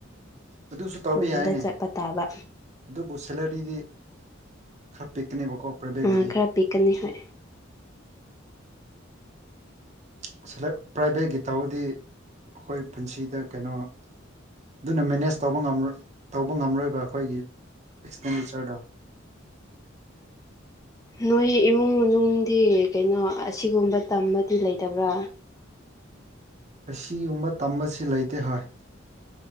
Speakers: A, on the right; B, on the left.
A: ꯑꯗꯨꯁꯨ ꯇꯧꯕ
B: ꯈꯨꯟꯗ
A: ꯌꯥꯏꯌꯦꯅꯦ
B: ꯆꯠꯄ ꯇꯥꯕ
A: ꯑꯗꯨꯕꯨ ꯁꯦꯂꯔꯤꯗꯤ ꯈꯔ ꯄꯤꯛꯀꯅꯦꯕꯀꯣ ꯄ꯭ꯔꯥꯏꯕꯦꯠꯀꯤꯗꯤ
B: ꯑꯥ ꯈꯔ ꯄꯤꯛꯀꯅꯤ ꯍꯣꯏ
A: <unintelligible> ꯄ꯭ꯔꯥꯏꯚꯦꯠꯀꯤ ꯇꯧꯗꯤ ꯑꯩꯈꯣꯏ ꯄꯨꯟꯁꯤꯗ ꯀꯩꯅꯣ ꯑꯗꯨꯅ ꯃꯦꯅꯦꯖ ꯇꯧꯕ ꯉꯝꯔꯣꯏ ꯇꯧꯕ ꯉꯝꯔꯣꯏꯕ ꯑꯩꯈꯣꯏꯒꯤ ꯑꯦꯛꯁꯄꯦꯟꯗꯤꯆꯔꯗꯣ
B: ꯅꯣꯏ ꯏꯃꯨꯡ ꯃꯅꯨꯡꯗꯤ ꯀꯩꯅꯣ ꯑꯁꯤꯒꯨꯝꯕ ꯇꯝꯕꯗꯤ ꯂꯩꯇꯕ꯭ꯔꯥ
A: ꯑꯁꯤꯒꯨꯝꯕ ꯇꯝꯕꯁꯤ ꯂꯩꯇꯦ ꯍꯣꯏ